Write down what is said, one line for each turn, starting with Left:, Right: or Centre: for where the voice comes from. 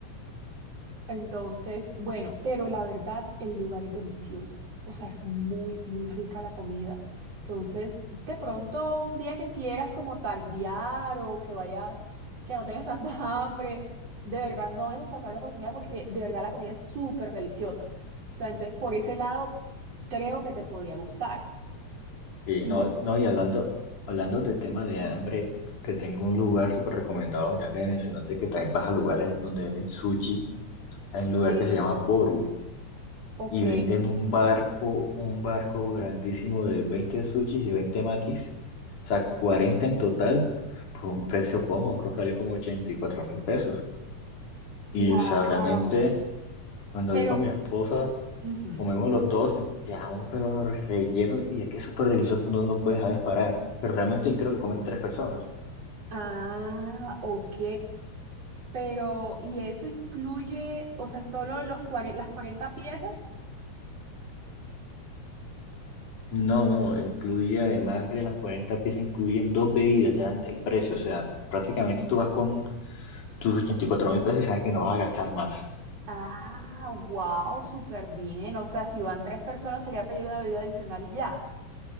Right: Entonces, bueno, pero la verdad, el lugar es delicioso. O sea, es muy, muy rica la comida. Entonces, de pronto, un día que quieras como tardear o que vayas, que no tengas <laughs> tanta hambre, de verdad no dejes pasar la oportunidad porque de verdad la comida es súper deliciosa. O sea, entonces por ese lado, creo que te podría gustar.
Left: Y
Right: No
Left: no, no, y hablando, hablando de tema de hambre, te tengo un lugar súper recomendado, ya que mencionaste que también vas a lugares donde venden sushi, hay un lugar
Right: sé,
Left: que se llama Boru.
Right: ok,
Left: y venden un barco, un barco grandísimo de 20 sushis y 20 makis, o sea, 40 en total, por un precio cómodo, creo que vale como ochenta y cuatro mil pesos. Y,
Right: wow.
Left: o sea, realmente, cuando
Right: Pero,
Left: voy con mi esposa,
Right: ujú.
Left: comemos los dos, quedamos pero rellenos, y es que es súper delicioso que uno no puede dejar de parar. Pero realmente creo que comen tres personas.
Right: Ah, ok. Pero, ¿y eso incluye, o sea, solo los cuare- las 40 piezas?
Left: No, no, incluye además de las 40 piezas, incluyen dos bebidas ya en el precio, o sea, prácticamente tú vas con tus ochenta y cuatro mil pesos y sabes que no vas a gastar más.
Right: Ah, wow, súper bien. O sea, si van tres personas sería pedir una bebida adicional y ya.